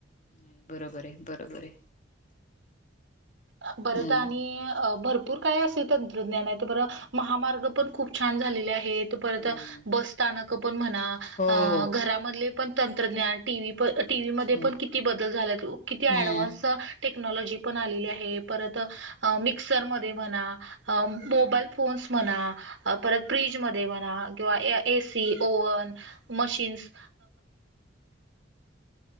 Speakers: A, on the left; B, on the right.
A: नाही बरोबर आहे बरोबर आहे
B: बरं
A: हम्म
B: आणि भरपूर भरपूर काय असे तंत्रज्ञान आहे तर बरं महामार्ग पण खूप छान झालेले आहेत परत
A: हम्म
B: बसथानक पण म्हणा
A: हो हो
B: घरामधले पण तंत्रज्ञान टी. व्ही प टी. व्हीमध्ये
A: हम्म
B: पण किती बदल झाल्यात किती ॲडव्हान्स
A: हम्म
B: टेक्नॉलॉजी पण आलेली आहे परत मिक्सरमध्ये म्हणा मोबाईल फोन्स म्हणा परत फ्रीजमध्ये म्हणा किंवा AC, oven, machines